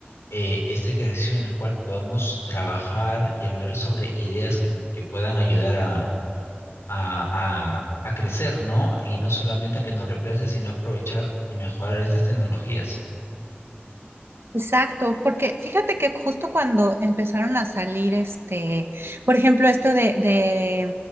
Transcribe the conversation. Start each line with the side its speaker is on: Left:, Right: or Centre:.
Left: eh, este ejercicio en el cual podamos trabajar y hablar sobre ideas que, que puedan ayudar a, a, a- a crecer, ¿no? Y no solamente a que nos reemplace, sino aprovechar y mejorar estas tecnologías.
Right: Exacto, porque fíjate que justo cuando empezaron a salir este, por ejemplo, esto de, de